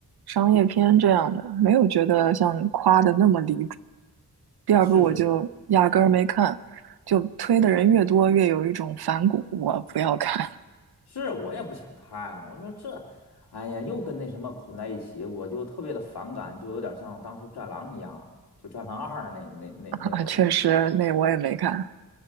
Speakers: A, on the right; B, on the left.
A: 商业片这样的，没有觉得像夸的那么离谱。第二部我就压根儿没看，
B: 是是是
A: 就推的人越多，越有一种反骨，我不要看
B: 是我也不想看，我说这，哎呀，又跟那什么捆在一起，我就特别的反感，就有点像当时《战狼》一样，就《战狼二》那那那那会儿那一样，
A: <laughs> 啊确实，那我也没看，